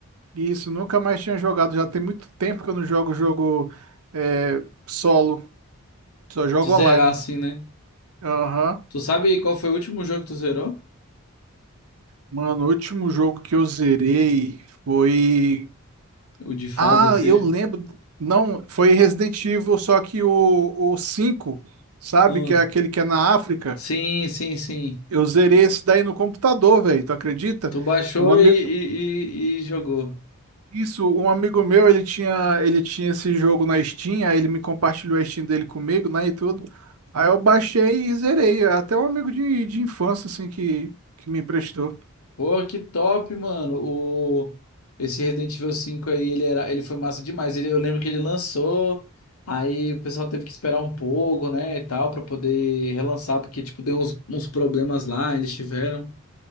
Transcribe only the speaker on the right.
E isso, nunca mais tinha jogado. Já tem muito tempo que eu não jogo jogo é, solo, só jogo
online.
Aham.
Mano, o último jogo que eu zerei foi
Ah,
eu lembro. Não, foi Resident Evil, só que o, o 5, sabe?
Que é aquele que é na África.
Eu zerei esse daí no computador, velho. Tu acredita?
Um amigo,
isso, um amigo meu, ele tinha, ele tinha esse jogo na Steam, aí ele me compartilhou a Steam dele comigo, né, e tudo. Aí eu baixei e zerei. Até um amigo de, de infância, assim, que, que me emprestou.